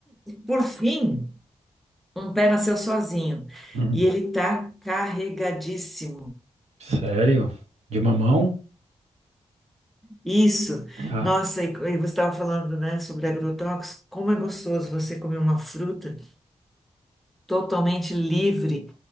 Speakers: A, in the centre; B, on the right.
A: Por fim, um pé nasceu sozinho.
B: Hum,
A: E ele tá carregadíssimo.
B: sério? De mamão?
A: Isso.
B: Ah,
A: Nossa, e e você estava falando, né, sobre agrotóxicos Como é gostoso você comer uma fruta totalmente livre